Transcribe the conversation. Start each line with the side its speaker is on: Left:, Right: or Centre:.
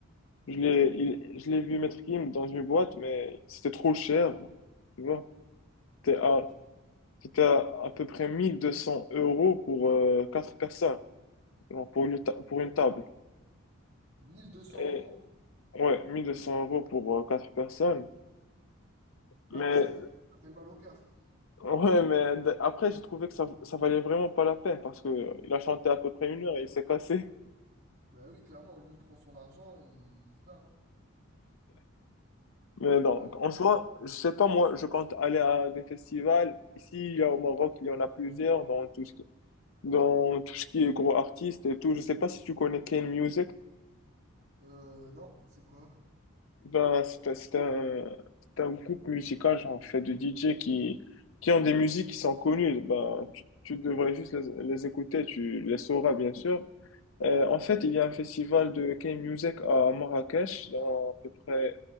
Left: Je l'ai, il- je l'ai vu Maître Gims dans une boîte, mais c'était trop cher. Tu vois? C'était à,
Right: Donc,
Left: C'était à, à peu près 1200 euros pour euh, quatre personnes, genre pour une, ta- pour une table.
Right: 1200
Left: Et
Right: euros.
Left: ouais, 1200 euros pour euh, quatre personnes. Mais
Right: Ah oui, ça fait, ça fait mal au cœur.
Left: ouais, mais d- après, j'ai trouvé que ça, ça valait vraiment pas la peine parce que euh, il a chanté à peu près une heure et il s'est cassé. <laughs>
Right: Bah oui, clairement, lui il prend son argent et il se barre. hein.
Left: Mais donc,
Right: Clairement.
Left: en soi, je sais pas, moi, je compte aller à des festivals. Ici, il y a au Maroc, il y en a plusieurs dans tout ce qui, dans tout ce qui est gros artistes et tout. Je sais pas si tu connais Kane Music.
Right: Euh, non, c'est quoi?
Left: Ben, c'est un, c'est un- c'est un groupe musical, genre, en fait de DJ qui, qui ont des musiques qui sont connues. Ben, tu, tu devrais juste les, les écouter, tu les sauras, bien sûr. Euh, en fait, il y a un festival de K-Music à Marrakech dans à peu près